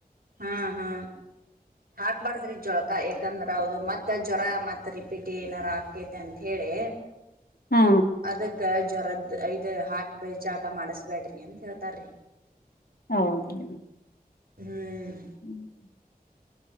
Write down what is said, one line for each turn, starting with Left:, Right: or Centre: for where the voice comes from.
Right: ಹಾ ಹಾ ಹಾಕ್ಬಾರಡ್ದ್ರಿ ಜಳಕ ಯಾಕಂದ್ರ ಹೌದು ಮತ್ತ್ ಜ್ವರ ಮತ್ ರಿಪೀಟ್ ಏನಾರ ಆಕೇತಿ ಅಂತ ಹೇಳಿ
Left: ಹಾ
Right: ಅದಕ್ಕ ಜ್ವರದ ಐದ್ ಹಾಕ್ ಜಳಕ ಮಾಡಿಸಬ್ಯಾಡ್ರಿ ಅಂತ ಹೇಳ್ತಾರಿ
Left: ಹೌದು
Right: ಹ್ಮ್
Left: ಹ್ಮ್